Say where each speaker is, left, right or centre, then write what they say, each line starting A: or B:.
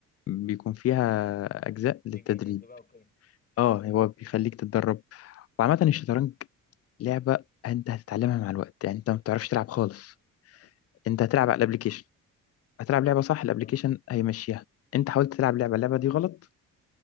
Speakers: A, on the left; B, on the left.
A: بيكون فيها أجزاء للتدريب
B: بيجيننج بقى وكده
A: اه هو بيخليك تتدرب وعامة الشطرنج لعبة أنت هتتعلمها مع الوقت يعني أنت ما بتعرفش تلعب خالص أنت هتلعب على الأبليكيشن هتلعب لعبة صح الأبليكيشن
B: اه
A: هيمشيها أنت حاولت تلعب لعبة اللعبة دي غلط